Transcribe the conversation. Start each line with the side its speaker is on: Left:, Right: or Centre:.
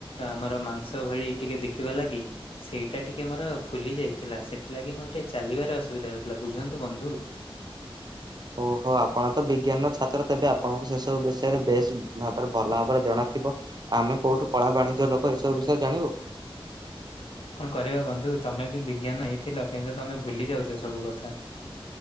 Left: ଆମର ମାଂସ ଭଳି ଟିକେ ଦେଖିବା ଲାଗି ସେଇଟା ଟିକେ ମୋର ଫୁଲି ଯାଇଥିଲା ସେଥିଲାଗି ମୋର ଟିକେ ଚାଲିବାରେ ଅସୁବିଧା ହେଉଥିଲା। ବୁଝନ୍ତୁ ବନ୍ଧୁ।
Right: <inaudible> ଓହୋ ଆପଣ ତ ବିଜ୍ଞାନ ଛାତ୍ର ତେବେ ଆପଣଙ୍କୁ ସେ ସବୁ ବିଷୟରେ ବେଶ ଭାବରେ ଭଲ ଭାବରେ ଜଣାଥିବ। ଆମେ କୋଉଠୁ କଳା ବାଣିଜ୍ୟ ଲୋକ, ଏସବୁ ବିଷୟରେ ଜାଣିବୁ।
Left: କଣ କରିବା ବନ୍ଧୁ, ତମେ ବି ବିଜ୍ଞାନ ନେଇଥିଲ କିନ୍ତୁ ତମେ ଭୁଲି ଯାଉଛ ସବୁ କଥା।